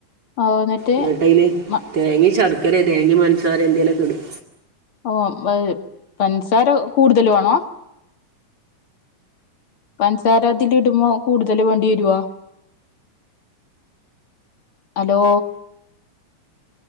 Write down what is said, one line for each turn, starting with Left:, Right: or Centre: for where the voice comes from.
Left: ഓ എന്നിട്ട്
Right: എന്നിട്ടയില് തേങ്ങേം ശർക്കര തേങ്ങ പഞ്ചസാര എന്തേലൊക്കെടും
Left: ഓ മേ പഞ്ചസാര കൂടുതല് വേണോ? പൻസാര അതില് ഇടുമ്പോ കൂടുതല് വേണ്ടി വരുവാ ഹലോ